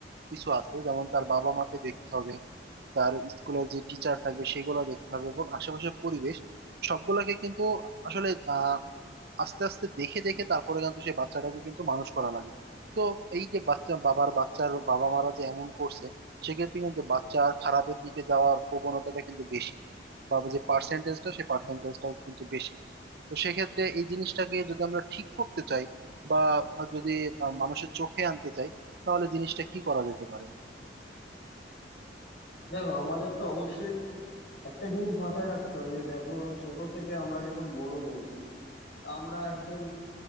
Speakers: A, on the right (about 60°); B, on the left (about 75°).
A: কিছু আছে যেমন তার বাবা মাকে দেখতে হবে তার স্কুলের যে টিচার থাকবে সেগুলো দেখতে হবে এবং আশেপাশের পরিবেশ সবগুলাকে কিন্তু আসলে আহ আস্তে আস্তে দেখে দেখে তারপরে কিন্তু সেই বাচ্চাটাকে কিন্তু মানুষ করা লাগে তো এই যে বাচ্চা বাবার বাচ্চার বাবা মারা যে এমন করছে সেক্ষেত্রে কিন্তু বাচ্চা খারাপের দিকে যাওয়ার প্রবণতাটা কিন্তু বেশি বা যে পার্সেন্টেজটা সেই পার্সেন্টেজটা কিন্তু বেশি তো সেক্ষেত্রে এই জিনিসটাকে যদি আমরা ঠিক করতে চাই বা যদি আহ, মানুষের চোখে আনতে চাই তাহলে জিনিসটা কি করা যেতে পারে
B: দেখো আমাদের তো অবশ্যই একটা জিনিস মাথায় রাখতে হবে যে দেখো ছোট থেকে আমরা যখন বড় হয়েছি তা আমরা একজন